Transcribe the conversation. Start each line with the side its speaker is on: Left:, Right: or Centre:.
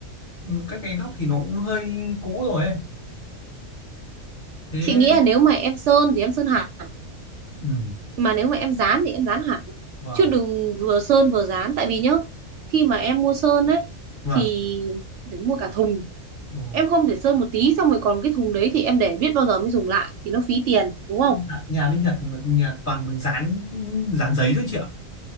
Left: ừ, các cái góc thì nó cũng hơi cũ rồi ấy thế
Right: chị nghĩ là nếu mà em sơn thì em sơn hẳn
Left: ừ,
Right: mà nếu mà em dán thì em dán hẳn
Left: vâng
Right: chứ đừng vừa sơn vừa dán tại vì nhá khi mà em mua sơn ấy
Left: vâng
Right: thì phải mua cả thùng
Left: Ồ,
Right: em không thể sơn một tí xong rồi còn cái thùng đấy thì em để biết bao giờ mới dùng lại thì nó phí tiền đúng
Left: nhà
Right: không
Left: nhà bên Nhật nhà toàn mình dán dán giấy thôi chị ạ